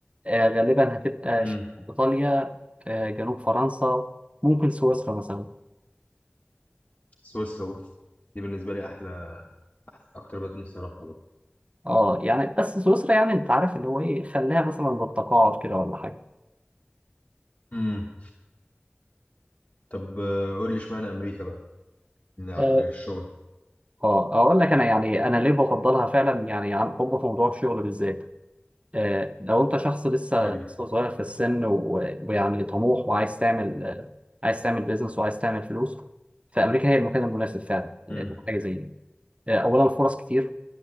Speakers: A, on the right (about 30°); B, on the left (about 45°).
A: آه، غالبا هتبقى
B: امم
A: ش- إيطاليا آه، جنوب فرنسا ممكن سويسرا مثلا
B: سويسرا اوف دي بالنسبة لي احلى اكتر بلد نفسي اروحها بقى
A: اه يعني بس سويسرا يعني انت عارف اللي هو ايه خليها مثلا بالتقاعد كده ولا حاجه
B: امم طب آه، قول لي اشمعنى امريكا بقى لع-
A: اه
B: للشغل
A: اه اقول لك انا يعني انا ليه بفضلها فعلا يعني عن حب في موضوع الشغل بالذات آه لو انت شخص لسه
B: قول
A: لسه
B: لي
A: صغير في السن و- ويعني طموح وعايز تعمل آه، عايز تعمل بيزنس وعايز تعمل فلوس فامريكا هي المكان المناسب فعلا آه،
B: امم
A: حاجه زي دي آه اولا فرص كتير